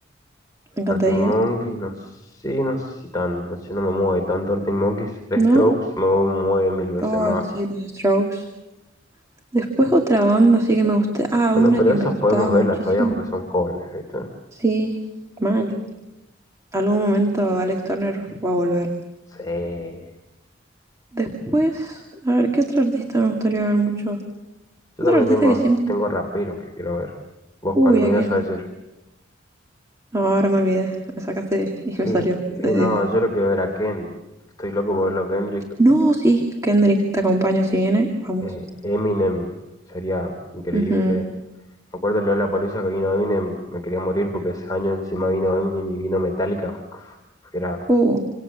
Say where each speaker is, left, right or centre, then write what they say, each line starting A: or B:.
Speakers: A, on the right (about 15°); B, on the left (about 20°).
A: encantaría.
B: Arctic Monkeys, no sé, no sé si tan, no sé, no me mueve tanto Arctic Monkeys. The
A: ¿No?
B: Strokes me mueve mil veces
A: Oh,
B: más.
A: sí, los Strokes. Después otra banda, sí que me gusta. Ah,
B: Bueno,
A: una
B: pero
A: que
B: esas
A: me gustaba
B: podemos
A: muchísimo.
B: verlas todavía porque son jóvenes, ¿viste?
A: Sí, mal. Algún momento Alex Turner va a volver.
B: Sí.
A: Después, a ver, ¿qué otro artista me gustaría ver mucho?
B: Yo
A: Otro
B: también
A: artista
B: tengo,
A: que siempre.
B: tengo raperos que quiero ver. ¿Vos
A: Uy,
B: cuál me
A: ¿a
B: ibas
A: quién?
B: a decir?
A: No, ahora me olvidé. Me sacaste y me
B: Y,
A: salió.
B: y
A: Eh,
B: no, yo lo quiero ver a Kendrick. Estoy loco por verlo a Kendrick.
A: No, sí, Kendrick, te acompaño si viene, vamos.
B: Eh, Eminem sería increíble.
A: Ujú.
B: Me acuerdo Lola Palusa que vino Eminem, me quería morir porque ese año encima vino Eminem y vino Metallica. <laughs> Era,
A: Uh,